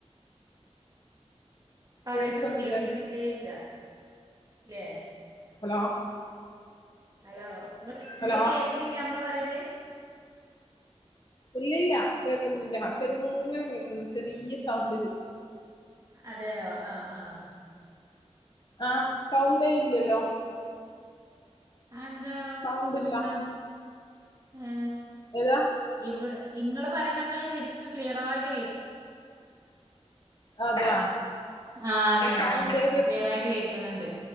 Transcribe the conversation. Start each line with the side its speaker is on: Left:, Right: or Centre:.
Right: പറീണത്കേൾണില്ലേയ്
Left: കേൾക്കുന്നില്ലല്ലോ
Right: ക്ക ല്ലെ.
Left: ഹലോ.
Right: ഹലോ ങ്ങള്
Left: ഹലോ
Right: ങ്ങള് കേക്ണില്ല്യ നമ്മള് പറീണത്.
Left: ഇല്ലില്ല കേക്കുന്നില്ല. ചെറങ്ങനെ കേൾക്കുന്നു ചെറിയ സൗണ്ടില്.
Right: അതെയോ ആഹ് ആഹ്.
Left: ആഹ സൗണ്ടേ ഇല്ല്യല്ലോ.
Right: അത് എന്താവോ
Left: സൗണ്ടില്ല
Right: പ്രശ്നം. ഏ
Left: ഏതാ.
Right: ഇവിടെ ഇങ്ങള് പറയണൊക്കെ ഞാൻ ശരിക് ക്ലിയറായിട്ട് കേ
Left: അതെയാ
Right: ആഹ് അതെ
Left: സൗണ്ടേ
Right: ആ
Left: കേ
Right: ക്ലിയറായിട്ട് കേക്കണണ്ട്.